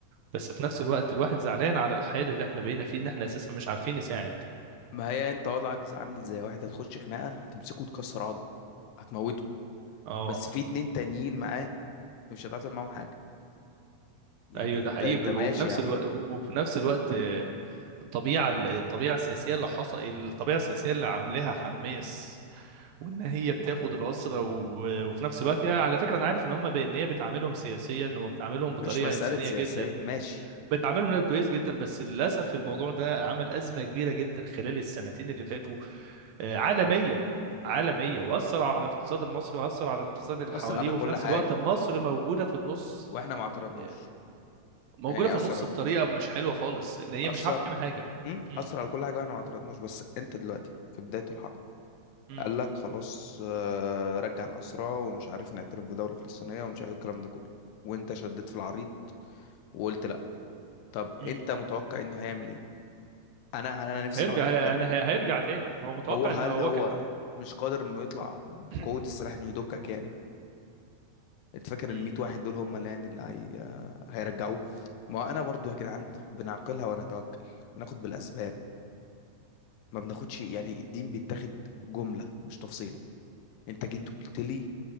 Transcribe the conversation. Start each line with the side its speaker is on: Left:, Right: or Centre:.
Right: بس في نفس الوقت الواحد زعلان على الحال اللي احنا بقينا فيه ان احنا اساسا مش عارفين نساعد
Left: ما هي انت وضعك زي- عامل زي واحد هتخش خناقه هتمسكه تكسر عظمه هتموته
Right: اه
Left: بس في اتنين تانيين معاه مش هتعرف تعمل معاهم حاجه يعني
Right: ايوه ده
Left: انت
Right: حقيقي
Left: انت
Right: ب-
Left: ماشي
Right: وفي نفس
Left: يا عم
Right: الوقت
Left: انت
Right: وفي نفس الوقت آه، الطبيعه الطبيعه السياسيه اللي حصل الطبيعه السياسيه اللي عاملاها حماس وان هي بتاخد الاسرى و- وفي نفس الوقت يعني على فكره انا عارف ان هم ب- ان هي بتعاملهم سياسيا وبتعاملهم
Left: مش
Right: بطريقه
Left: مساله
Right: انسانيه
Left: سياسيه
Right: جدا
Left: ماشي
Right: بتعاملهم لا كويس جدا بس للاسف الموضوع ده عمل ازمه كبيره جدا خلال السنتين اللي فاتوا آه، عالميه عالميه واثر على الاقتصاد المصري واثر على الاقتصاد اللي
Left: اثر
Right: حواليه
Left: على
Right: وفي
Left: كل
Right: نفس
Left: حاجه
Right: الوقت مصر موجوده في النص
Left: واحنا ما اعترضناش
Right: آه، موجوده
Left: يعني
Right: في
Left: اثر
Right: النص
Left: على
Right: بطريقه مش حلوه خالص ان هي
Left: اثر
Right: مش عارفه تعمل حاجه
Left: امم
Right: مم.
Left: اثر على كل حاجه واحنا ما اعترضناش بس انت دلوقتي في بدايه الحرب
Right: مم.
Left: قال لك خلاص آه، رجع الاسرى ومش عارف نعترف بدوله فلسطينيه ومش عارف إيه الكلام ده كله وانت شديت في العريض وقلت لا طب
Right: مم.
Left: انت متوقع انه هيعمل ايه انا انا نفسي
Right: هيرجع
Left: اعرف
Right: هي...
Left: بجد
Right: انا هي... هيرجع تاني هو متوقع
Left: هو هل
Right: ان هو
Left: هو
Right: ك...
Left: مش قادر انه يطلع بقوة
Right: <coughs>
Left: السلاح انه يدكك يعني انت فاكر
Right: <clears throat> مم.
Left: ال 100 واحد دول هم اللي يعني اللي هي... هيرجعوه ما انا برضو يا جدعان بنعقلها ونتوكل بناخد بالاسباب ما بناخدش يعني الدين بيتاخد جملة مش تفصيلة انت جيت قلت لي